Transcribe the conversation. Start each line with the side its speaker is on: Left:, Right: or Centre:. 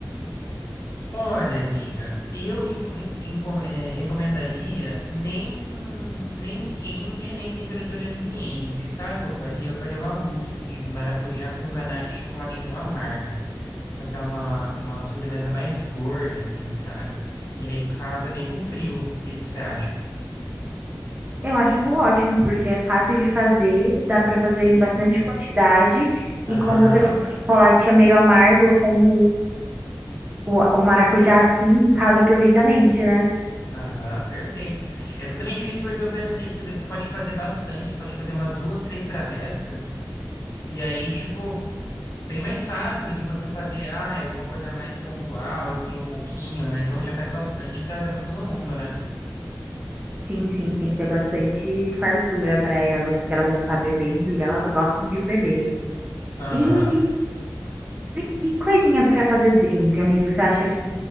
Left: Olha, amiga, eu enco- enco- eh, recomendaria nem, nem quente, nem temperatura ambiente. Sabe o que eu faria? Eu faria uma mousse de maracujá com ganache de chocolate meio amargo, porque é uma, uma sobremesa mais gorda, assim, sabe? E aí casa bem com o frio. O que que você acha?
Right: Eu acho ótimo, porque é fácil de fazer, dá pra fazer
Left: Isso.
Right: em bastante quantidade,
Left: Aham.
Right: e como você coloca o chocolate é meio amargo, como o, o maracujá assim, casa perfeitamente, né?
Left: Aham, perfeito. É Exatamente isso, porque eu pensei que você pode fazer bastante, você pode fazer umas duas, três travessas, e aí, tipo, Bem mais fácil do que você fazer, ah, é alguma coisa mais pontual, assim, ou pouquinho, né? Então já faz bastante pra dar pra todo mundo, né?
Right: Sim, sim, tem que ter bastante fartura para elas, porque elas vão estar bebendo e elas gostam de beber.
Left: Aham.
Right: E E, e coisinha para fazer drink, amigo? Você acha que